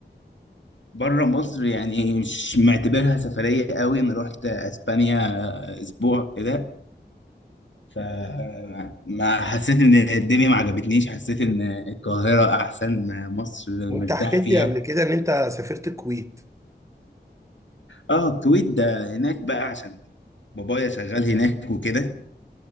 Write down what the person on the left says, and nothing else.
بره مصر يعني مش معتبرها سفرية قوي انا رحت اسبانيا اسبوع كده فما حسيت ان الدنيا ما عجبتنيش حسيت ان القاهرة احسن مصر
مرتاح
فيها
اه الكويت ده هناك بقى عشان بابايا شغال هناك وكده